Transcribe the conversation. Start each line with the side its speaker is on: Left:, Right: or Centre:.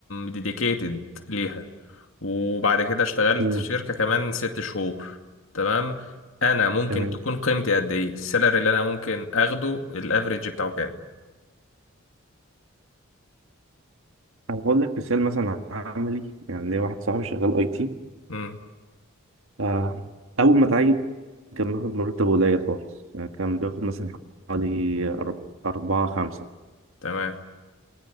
Left: ديديكيتد ليها وبعد كده اشتغلت
Right: امم
Left: في شركة كمان ست شهور تمام انا ممكن
Right: تمام
Left: تكون قيمتي قد ايه السالري اللي انا ممكن اخده الافريج بتاعه كام
Right: أنا هقول لك مثال مثلا عملي يعني ليا واحد صاحبي شغال أي تي
Left: امم
Right: آه، أول ما اتعين كان بياخد مرتب قليل خالص يعني كان بياخد مثلا حوالي أر- أربعة خمسة
Left: تمام